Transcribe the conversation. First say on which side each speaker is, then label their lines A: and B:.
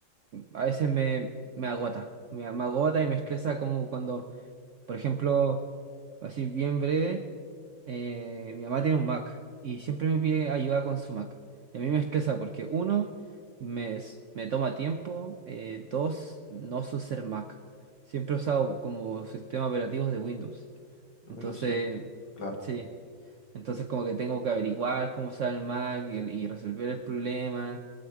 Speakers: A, on the right (about 65°); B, on the left (about 65°).
A: a veces me, me agota. Me, me agota y me estresa como cuando por ejemplo, así bien breve, eh, mi mamá tiene un Mac y siempre me pide ayuda con su Mac. Y a mí me estresa porque uno, me, s- me toma tiempo, eh, dos, no sé ser Mac. Siempre he usado como sistema operativo de Windows.
B: Domingo,
A: Entonces,
B: sí, po, claro.
A: sí. Entonces como que tengo que averiguar cómo usar el Mac y, y resolver el problema.